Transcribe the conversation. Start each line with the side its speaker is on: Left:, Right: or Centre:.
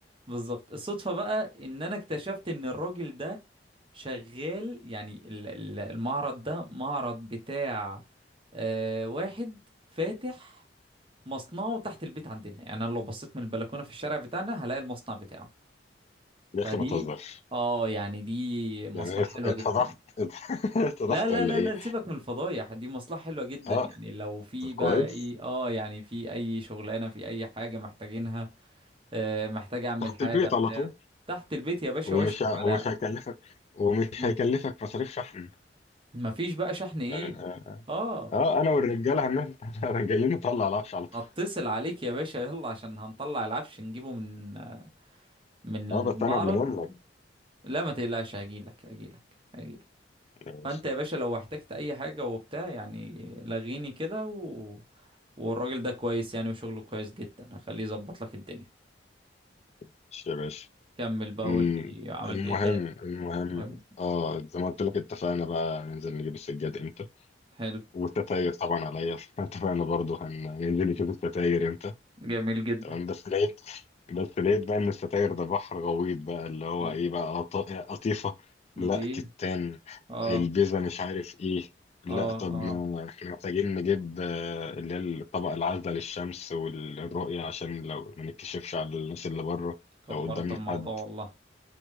Right: بالظبط الصدفة بقى ان انا اكتشفت ان الراجل ده شغال يعني ال- ال- المعرض ده معرض بتاع آه، واحد فاتح مصنعه تحت البيت عندنا يعني انا لو بصيت من البلكونة في الشارع بتاعنا هلاقي المصنع بتاعه
Left: يا اخي
Right: فدي
Left: ما تهزرش
Right: اه يعني دي مصلحة
Left: يعني اتفضحت
Right: حلوة جدا
Left: <laughs> اتفضحت
Right: لا لا
Left: ولا
Right: لا
Left: ايه
Right: لا سيبك من الفضايح دي مصلحة حلوة جدا
Left: اه
Right: يعني لو في
Left: طب
Right: بقى
Left: كويس
Right: ايه اه يعني في اي شغلانة في اي حاجة محتاجينها آه محتاج اعمل
Left: تحت
Right: حاجة
Left: البيت
Right: بتاع
Left: على طول
Right: تحت البيت يا باشا
Left: ومش
Right: واشرف
Left: ه-
Right: على
Left: ومش هيكلفك ومش
Right: مم.
Left: هيكلفك مصاريف شحن
Right: مفيش بقى شحن ايه
Left: يعني اه
Right: اه
Left: آه، انا والرجاله هننزل <laughs> جايين نطلع العفش على طول
Right: هتصل عليك يا باشا يلا عشان هنطلع العفش نجيبه من من المعرض
Left: اه بس انا قبل منك
Right: لا ما تقلقش هجيلك هجيلك هجيلك
Left: ماشي
Right: فانت يا باشا لو احتجت اي حاجة وبتاع يعني لغيني كده و... والراجل ده كويس يعني وشغله كويس جدا هخليه يظبط لك الدنيا
Left: ماشي يا باشا
Right: كمل بقى
Left: أمم،
Right: قول لي عملت
Left: المهم
Right: ايه تاني
Left: المهم
Right: المهم
Left: اه زي ما قلت لك اتفقنا بقى ننزل نجيب السجاد امتى
Right: حلو
Left: والتتاير طبعا عليا <laughs> اتفقنا برضو هننزل نشوف التتاير امتى
Right: جميل جدا
Left: تمام بس لقيت بس لقيت بقى ان ستاير ده بحر غويط بقى اللي هو
Right: ل-
Left: ايه بقى قط- قطيفة
Right: ليه
Left: لا كتان
Right: اه
Left: البيزا مش عارف ايه لا
Right: اه
Left: طب
Right: اه
Left: ما احنا محتاجين نجيب آه، اللي هي الطبق العازلة للشمس والرؤية عشان لو ما نتكشفش على الناس اللي بره
Right: كبرت
Left: لو قدامنا
Right: الموضوع
Left: حد
Right: والله